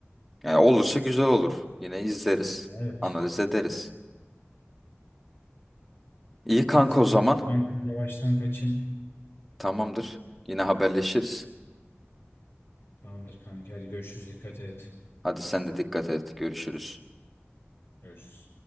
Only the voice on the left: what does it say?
Evet.
Neyse
kanka ben yavaştan kaçayım.
Tamamdır kanka hadi görüşürüz dikkat et.
Görüşürüz.